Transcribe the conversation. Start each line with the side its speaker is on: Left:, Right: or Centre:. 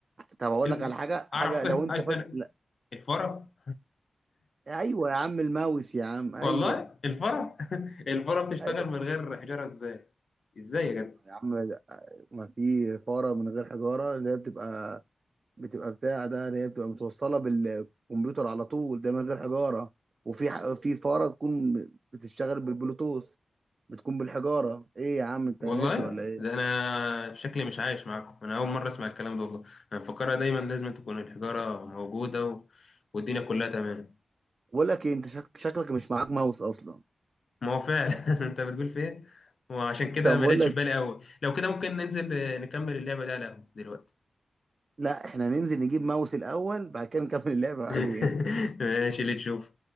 Right: طب اقول
Left: ال...
Right: لك على حاجه
Left: عرفتها
Right: حاجه لو انت
Left: عايز
Right: فاكر
Left: أنا
Right: لا
Left: الفرة
Right: ايوه يا عم الماوس يا عم ايوه
Left: والله الفرة <laughs> الفرة بتشتغل
Right: ايوه
Left: من غير حجارة إزاي إزاي يا جدع
Right: يا عم ما في فاره من غير حجاره اللي هي بتبقى بتبقى بتاع ده اللي هي بتبقى متوصله بالكمبيوتر على طول ده من غير حجاره وفي ح- في فاره تكون بتشتغل بالبلوتوث بتكون بالحجاره ايه يا عم انت
Left: والله
Right: ناسي ولا ايه
Left: ده انا شكلي مش عايش معاكم انا اول مره اسمع الكلام ده والله انا مفكرها دايما لازم تكون الحجاره موجوده و... والدنيا كلها تمام
Right: بقول لك إيه، انت شك... شكلك مش معاك ماوس اصلا
Left: ما هو فعلا <laughs> انت بتقول في ايه وعشان كده
Right: طب
Left: ما
Right: بقول
Left: جاتش
Right: لك
Left: في بالي قوي لو كده ممكن ننزل آه، نكمل اللعبه دي على القهوه دلوقتي
Right: لا احنا ننزل نجيب ماوس الاول بعد كده نكمل اللعبه بعدين
Left: <laughs> ماشي اللي تشوف